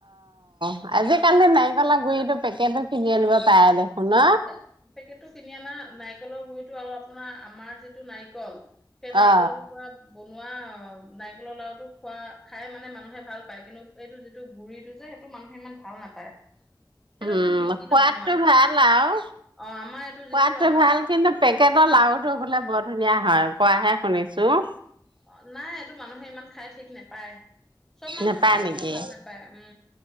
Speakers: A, on the right; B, in the centre.
A: আজি <inaudible> আজিকালি নাৰিকলৰ
B: সেইটো
A: গুৰিতটো পেকেটটো কিনি নিব পাৰে দেখোন ন
B: এ পেকেটটো কিনি অনা নাই নাৰিকলৰ গুৰিটো আৰু আপোনাৰ আমাৰ যিটো নাৰিকল সেই নাৰিকল
A: অ
B: টুকুৰা বোনোৱা নাৰিকলৰ লাডুটো খোৱা খাই মানে মানুহে ভাল পায় কিন্তু এইটো যিটো গুৰিটো যে সেইটো মানুহে ইমান ভাল নাপায় সেইটো
A: উম
B: ইমান বিক্ৰী
A: সোৱাদটো
B: নহয়
A: ভাল আৰু
B: অ আমাৰ এইটো যিটো
A: সোৱাদটো
B: আমা
A: ভাল কিন্তু পেকেটৰ লাৰুটো বোলে বৰ ধুনীয়া হয় কোৱাহে শুনিছো
B: অ নাই এইটো মানুহে ইমান খাই ঠিক নেপায় সব মানুহে
A: নেপায়
B: খাই
A: নেকি?
B: ইমান ভাল নাপায় উম